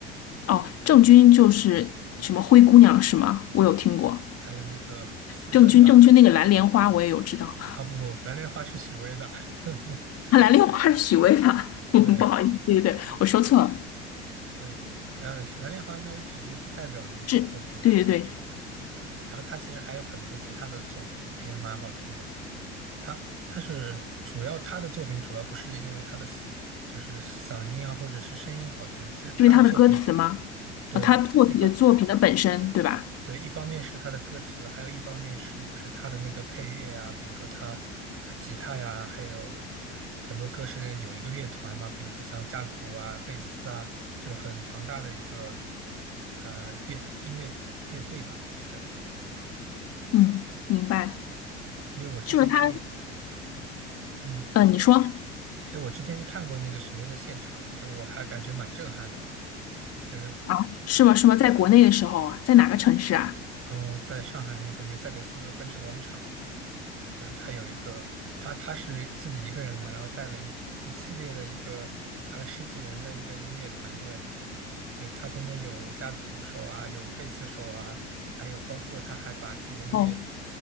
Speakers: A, on the left (about 45°); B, on the right (about 40°).
A: 哦，郑钧就是什么灰姑娘是吗？我有听过
B: 还有那个私奔吧。
A: 郑钧，郑钧那个蓝莲花我也有知道，
B: 啊，不不，蓝莲花是许巍的。<laughs>
A: <laughs> 蓝莲花是许巍吧？<laughs>
B: 对
A: 不好意思，对对对，我说错了，
B: 对，呃，蓝莲花应该是许巍最代表的一首作品吧。
A: 是，对对对，是
B: 然后他其实还有很多其他的作品也蛮好听的。他他是主要他的作品主要不是因为他的嘶就是嗓音啊或者是声音好听，其实他的作品
A: 因为他的歌词吗？
B: 对，
A: 哦，他作品作品的本身对吧？
B: 一方对，一方面是他的歌词，还有一方面是就是他的那个配乐啊，比如说他，呃吉他呀，还有很很多歌是有一个乐团嘛，比如说像架子鼓啊、贝斯啊，就是很庞大的一个呃乐音乐乐队吧。就是
A: 嗯，明白，
B: 因为我之前去，
A: 就是他，
B: 嗯，
A: 呃，
B: 你说，
A: 你说
B: 哎，我之前去看过那个许巍的现场，其实我还感觉蛮震撼的，就是
A: 啊，是吗？是吗？在国内的时候啊，在哪个城市啊？
B: 嗯、呃在上海那个梅赛德斯奔驰广场。就是他有一个，他他是自己一个人嘛，然后带了一一系列的一个大概十几人的一个音乐团队，就他中间有架子鼓手啊，有贝斯手啊，还有包括他还把自己的音乐
A: 哦。